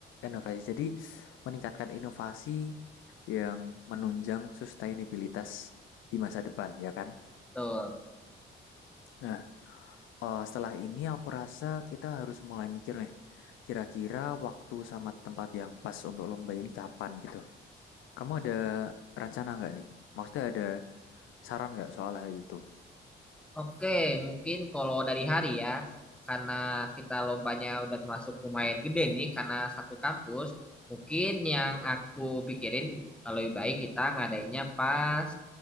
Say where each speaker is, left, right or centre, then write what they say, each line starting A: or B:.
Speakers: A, on the left (about 80°); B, in the centre.
A: inovasi. Jadi meningkatkan inovasi yang menunjang sustainabilitas di masa depan, ya kan?
B: Betul.
A: Nah, eh, setelah ini aku rasa kita harus mulai mikir nih, kira-kira waktu sama tempat yang pas untuk lomba ini kapan gitu. Kamu ada rencana nggak nih? Maksudnya ada saran nggak soal hal itu?
B: Oke, mungkin kalau dari hari ya, karena kita lombanya udah termasuk lumayan gede nih, karena satu kampus, mungkin yang aku pikirin lebih baik kita ngadainnya pas